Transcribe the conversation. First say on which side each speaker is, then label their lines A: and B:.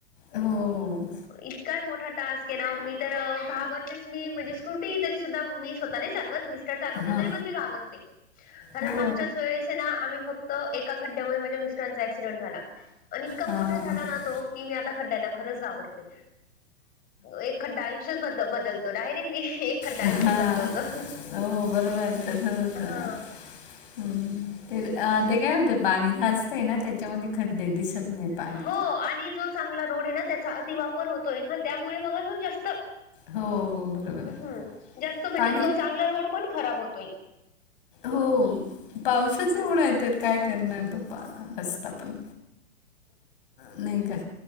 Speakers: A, on the left; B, on the left.
A: हो हो.
B: इतका र मोठा टास्क आहे ना मी तर घाबरतेस मी म्हणजे स्कुटी तरी सुद्धा मी स्वत नाही चालवत मिस्टर चालवता
A: हां
B: तरी पण मी घाबरते. कारण
A: हो
B: मागच्याच वेळेस ना आम्ही फक्त एका खड्डयांमुळे माझ्या मिस्टरांचा ॲक्सिडेंट झाला. आणि इतका
A: हां.
B: मोठा झाला ना तो की मी आता खड्डयांना खरंच घाबरते एक खड्डा आयु ष्यच बदल बदलतो डायरेक्टली. खड्डा
A: हा
B: आयुष्य बदलवतो.
A: हो बरोबर तसचच झाला.
B: हा
A: हम्म तेर अ ते काय होते पाणी खास ते ना त्याच्यामध्ये खड्डे दिसत नाही पाण.
B: हो आणि जो चांगला रोड आहे ना त्याचा अतिवापर होतोय ना त्यामुळे मग अजून जास्त
A: हो, हो. बरोबर आहे.
B: हम्म जास्त म्हणजे
A: पाणी
B: तो चांगला रोड पण खराब होतोय.
A: हो पावसच एवढा आहे तर काय करणार तो पा रस्ता पण. नाही का